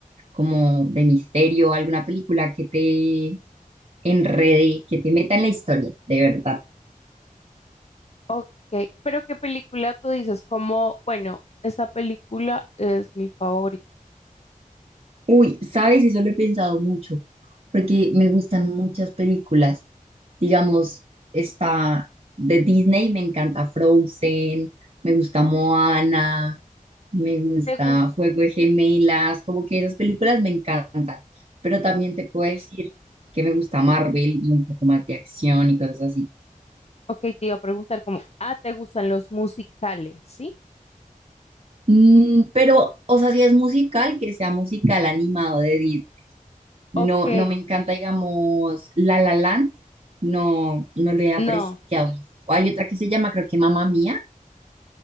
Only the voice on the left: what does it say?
Ok, pero ¿qué película tú dices? Como, bueno, esta película es mi favorita.
¿Te gusta?
Ok, te iba a preguntar como, ah, ¿te gustan los musicales? ¿Sí?
Ok,
no,